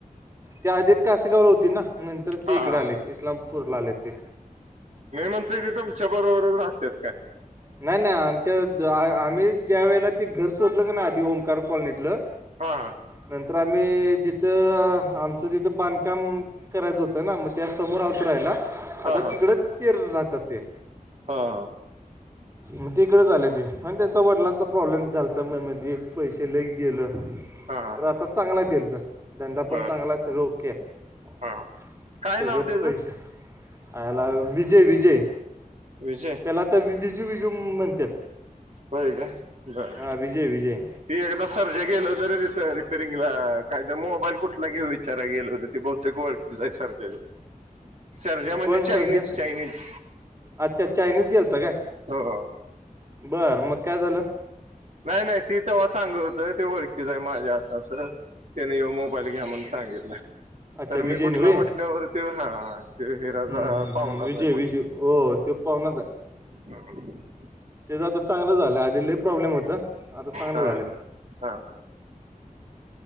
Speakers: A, on the right (about 20°); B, on the right (about 55°).
A: त्या आधीच कासेगावला होती ना नंतर ते
B: हा हा
A: इकडे आले इस्लामपूर वरून
B: बर.
A: आले ते.
B: मी म्हणतोय ते तुमच्या बरोबर राहतात काय?
A: नाही नाही आमच्या आम्ही ज्या वेळेला ते घर सोडल ना आधी ओंकार कॉलनीतलं.
B: हां
A: नंतर आम्ही जिथं आमचं तिथं बांधकाम करायचं होतं ना मग त्या समोर आलतो राहायला
B: हा
A: आता
B: हा
A: तिकडं
B: हा
A: ते राहतात ते.
B: हा हां
A: मग तेकडेंच आले ते मग त्यांचा वडिलांचा प्रॉब्लेम झालता तर म मग पैसे लय गेलं.
B: हा हा
A: तर आता चांगला आहे त्यांचं. धंदा
B: बर
A: पण चांगला आहे सगळं ओके आहे
B: हा काय
A: सगळें
B: नाव त्याचं
A: पैसे. अयला विजय विजय.
B: विजय
A: त्याला आता बिजू बिजू म्हणतात.
B: होय काय बरं
A: हां विजय विजय
B: ती एकदा सरजा गेल हो तरी तिथं रिपेरिंगला काय तर मोबाईल कुठला घेऊ विचारा गेल होत ती बुहुतेक वळ आहे सरजा सर्जा म्हणजे
A: कोण
B: चायनीज
A: सरजा
B: चायनीज.
A: अच्छा चायनीज गेलता काय
B: हो
A: बरं मग काय झालं?
B: नाही नाही ती तेव्हा सांगत होत ओळखीच आहे माझ्या असं असं. त्यानेव मोबाईल घ्या म्हण सांगितला.
A: अच्छा
B: तर
A: विजय
B: मी कुठला
A: नव्हे
B: म्हटल्यावरती हा ते हिराज
A: हम्म, हम्म,
B: पाहुनाच
A: हम्म. विजय
B: आहे म्हटलं.
A: विजू हो हो तेो पाहण्याच आहे.
B: ह.
A: त्याच आता चांगलं झालं आध ल प्रॉब्लेम होत आता चांगलं
B: हा
A: झालं.
B: हा.